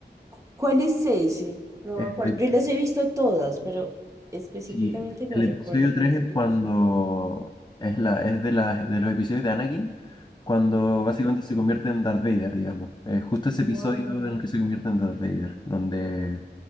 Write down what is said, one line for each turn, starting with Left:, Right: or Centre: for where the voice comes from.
Right: cu- cuál es ese? No
Left: 3.
Right: me acuerdo. Yo las he visto todas, pero específicamente
Left: Sí,
Right: no
Left: el
Right: recuerdo
Left: episodio 3
Right: cuál es
Left: es
Right: el
Left: cuando
Right: episodio.
Left: es la es de las de los episodios de Anakin cuando básicamente se convierte en Darth Vader, digamos. Eh, justo ese
Right: Wow,
Left: episodio en el que se convierte en Darth Vader, donde